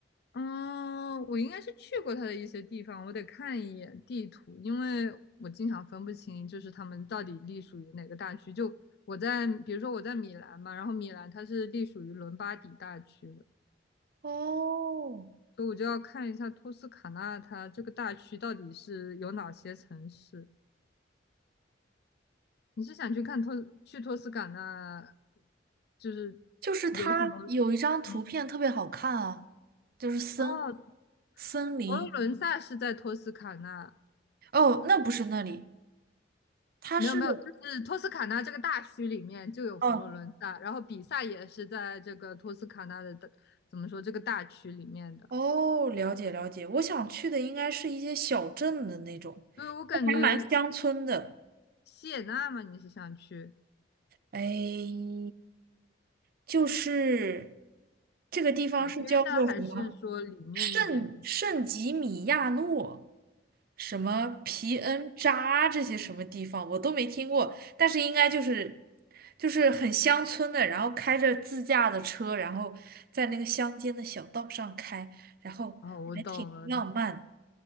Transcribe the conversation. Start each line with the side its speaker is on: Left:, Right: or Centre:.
Left: 嗯，我应该是去过它的一些地方，我得看一眼地图，因为我经常分不清就是他们到底隶属于哪个大区。就我在，比如说我在米兰嘛，然后米兰它是隶属于伦巴底大区的。
Right: 哦，
Left: 所以我就要看一下托斯卡纳它这个大区到底是有哪些城市。你是想去看托去托斯卡纳，就是有什么？
Right: 就是它有一张图片特别好看啊，
Left: 嗯，
Right: 就是森
Left: 哦，
Right: 森林。
Left: 佛罗伦萨是在托斯卡纳，
Right: 哦，那不是那里，它是
Left: 没有没有，就是托斯卡纳这个大区里面就有佛罗伦萨，
Right: 哦
Left: 然后比萨也是在这个托斯卡纳的大，怎么说这个大区里面的。
Right: 哦，了解了解。我想去的应该是一些小镇的那种，
Left: 对，我感觉
Right: 还蛮乡村的。
Left: 锡也纳嘛，你是想去
Right: 哎，就是这个地方是叫做什么？
Left: 海边的，还是说里面一点的地方？
Right: 圣圣吉米亚诺、什么皮恩扎这些什么地方我都没听过，但是应该就是就是很乡村的，然后开着自驾的车，然后在那个乡间的小道上开，然后还挺浪漫。
Left: 哦，我懂了你